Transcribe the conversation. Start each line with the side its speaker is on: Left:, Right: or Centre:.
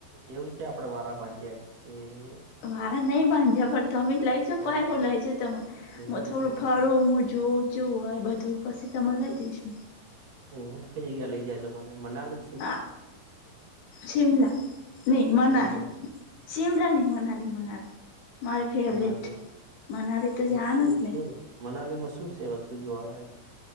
Right: એવું છે, આપડે વારા બાંધ્યા છેએ.
Left: મારા નહી બાંધ્યા પણ તમે જ લઈજો
Right: તો
Left: પણ હું લઈજ તમે.
Right: હમ
Left: હ થોડું ફાળું હું જોવુ <unintelligible> હોય બધું પછી તમે લઈ દઈશુ
Right: હ હમ કઈ જગ્યા લઇ જ છો મને મનાલિક
Left: હા, શિમલા. નહી મનાલી.
Right: શિમલા
Left: શિમલા નહી મનાલી મારી ફેવરેટ,
Right: મનાલી એમ.
Left: મનાલી તો
Right: આમ
Left: જાવાનું
Right: શું
Left: જ ને.
Right: શું મનાલીમાં શું છે. વસ્તુ જોવાલાયક?